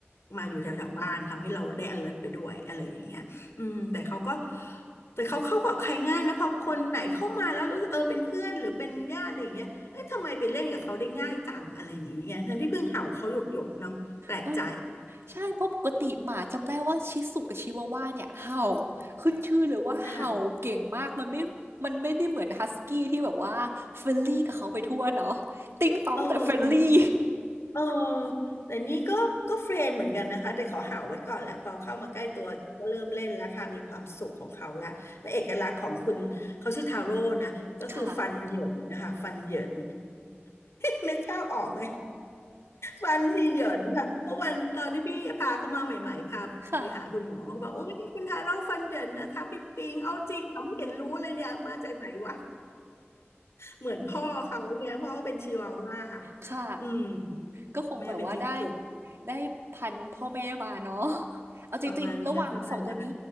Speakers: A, on the left; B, on the right.
A: มาอยู่แถวๆบ้านทำให้เราได้ alert ไปด้วยอะไรอย่างเงี้ยอืมแต่เขาก็แต่เขาเข้ากับใครง่ายนะพอคนไหนเข้ามาแล้วรู้สึกเออเป็นเพื่อนหรือเป็นญาติอะไรอย่างเงี้ยเอ้ยทำไมไปเล่นกับเขาได้ง่ายจังอะไรอย่างเงี้ยทั้งที่เพิ่งเห่าเขาหยกๆเนาะแปลกใจ
B: เออใช่เพราะปกติหมาจำได้ว่าชิสุกับชิวาว่าเนี่ยเห่าขึ้นชื่อเลยว่าเห่าเก่งมากมันไม่มันไม่ได้เหมือนฮัสกี้ที่แบบว่าเฟรนลี่กับเขาไปทั่วเนาะติ๊งต้องแต่เฟรนลี่
A: ค่ะ <laughs> เออ
B: <laughs>
A: เออแต่นี่ก็ก็เฟรนเหมือนกันนะคะแต่ขาเห่าวไว้ก่อนแหละพอเข้ามาใกล้ตัวก็เริ่มเล่นแล้วค่ะมีความสุขของเขาละและเอกลักษณ์ของคุณเขาชื่อทาโร่นะก็คือฟันเหยินนะคะฟัน
B: ค่ะ
A: <laughs> เหยิน <laughs> นึกภาพออกไหมฟันที่เหยินค่ะเพราะวันตอนที่พี่พาเขามาใหม่ๆพาไปหาคุณหมอเขาบอกโอ้ยคุณทาโร่ฟันเหยินนะคะพี่ปิงเอาจริงเหราไม่เห็นรู้เลยเนี่ยมาจากไหนวะ
B: ค่ะ
A: เหมือนพ่อเขาเนี่ยพ่อเป็นชิวาว่าค่ะ
B: ค่ะ
A: อืม
B: ก็คงแบบว่าได้
A: แม่เป็นจิกสุ
B: ได้พันธุ์พ่อแม่มาเนาะ <laughs> เอาจริงๆระหว่างสองตัวนี้
A: ประมาณนั้นประมาณนั้น